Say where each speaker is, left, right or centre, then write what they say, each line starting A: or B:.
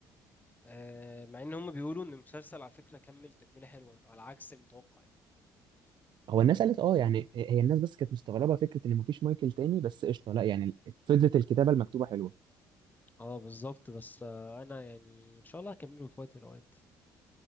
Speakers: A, on the left (about 20°); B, on the right (about 50°).
A: آه، مع ان هم بيقولوا ان المسلسل على فكرة كمل تكملة حلوة على عكس المتوقع يعني
B: هو الناس قالت اه يعني هي الناس بس كانت مستغربه فكره ان مفيش مايكل تاني بس قشطه لا يعني فضلت الكتابه المكتوبه حلوه
A: اه بالظبط بس آه، انا يعني ان شاء الله هكمله في وقت من الاوقات